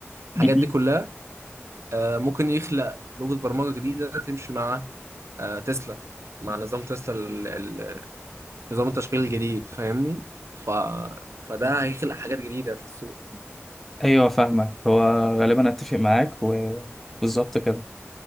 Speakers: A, on the right; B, in the centre.
A: والحاجات
B: م-
A: دي
B: م.
A: كلها آه، ممكن يخلق لغة برمجة جديدة تمشي مع آه، تسلا مع نظام تسلا ال- ال- نظام التشغيل الجديد فاهمني ف... فده هيخلق حاجات جديدة في السوق
B: ايوه فاهمك هو غالبا اتفق معاك وبالظبط كده